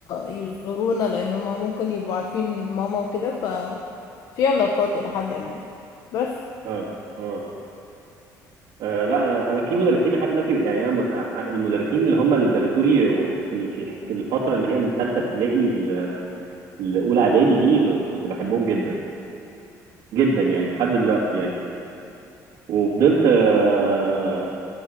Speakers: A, on the left (about 60°); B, on the right (about 75°).
A: يزورونا لأن هما ممكن يبقوا عارفين ماما وكده ف في علاقات إلى حد ما بس
B: اه اه آه لا انا انا في مدرسين لحد دلوقتي يعني انا م- آه، المدرسين اللي هم اللي درسوا لي في ال- في الح- في الفتره اللي هي من ثالثه ابتدائي ل- لاولى اعدادي دي كنت بحبهم جدا جدا يعني لحد دلوقتي يعني وفضلت آه،